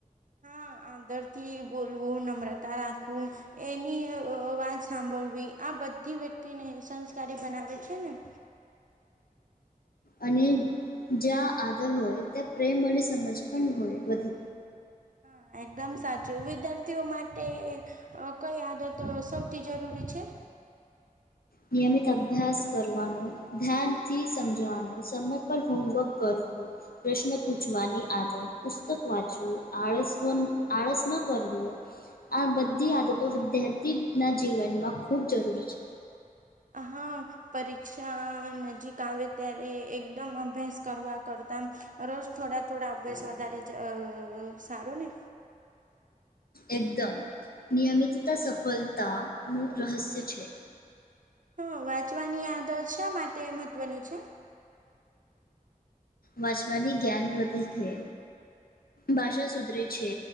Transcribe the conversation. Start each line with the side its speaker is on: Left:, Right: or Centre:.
Right: હા આદર થી બોલવું, નમ્રતા રાખવું એની વાત સાંભળવી આ બધી વ્યક્તિને સંસ્કારી બનાવે છે ને.
Left: અને જ્યાં આદર હોય ત્યાં પ્રેમ અને સમજ પણ હોય વધે.
Right: હા એકદમ સાચું. વિદ્યાર્થીઓ માટે કઈ આદતો સૌથી જરૂરી છે?
Left: નિયમિત અભ્યાસ કરવાનું, ધ્યાનથી સમજવાનું, સમય પર હોમવર્ક કરવું. પ્રશ્ન પૂછવાની આદત, પુસ્તક વાંચવું, આળસ આળસ ન કરવું આ બધી આદતો વિદ્યાર્થીના જીવનમાં ખૂબ જરૂરી છે.
Right: આ હા. પરીક્ષા નજીક આવે ત્યારે એકદમ અભ્યાસ કરવા કરતા રોજ થોડા થોડા અભ્યાસ વધારે જ સારો ને
Left: એકદમ નિયમિતતા સફળતાનું રહસ્ય છે.
Right: હા વાંચવાની આદત શા માટે મહત્વની છે?
Left: વાંચવાની જ્ઞાન વધે થે ભાષા સુધરે છે.